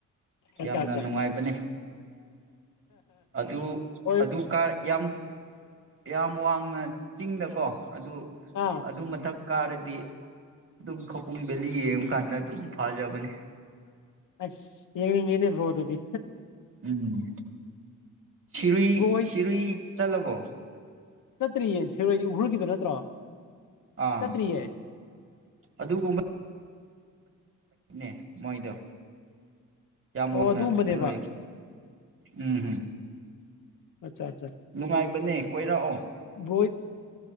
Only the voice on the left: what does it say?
ꯑꯠꯆꯥ
ꯑꯠꯆꯥ
ꯍꯣꯏ
ꯑꯥ
ꯑꯁ ꯌꯦꯦꯅꯤ ꯏꯔꯔꯕꯣꯗꯨꯗꯤ
ꯕ꯭ꯔꯣ
ꯁꯠꯇ꯭ꯔꯤ ꯌꯦꯟꯁ ꯁꯤꯔꯣꯏꯗꯤ ꯍ꯭ꯔꯨꯜꯒꯤꯗꯣ ꯅꯠꯇ꯭ꯔꯣ
ꯆꯠꯇ꯭ꯔꯤꯌꯦ
ꯑꯣ
ꯑꯗꯨꯝꯕꯅꯦꯕ
ꯑꯠꯆꯥ ꯑꯠꯆꯥ
ꯕ꯭ꯔꯣ ꯍꯣꯏ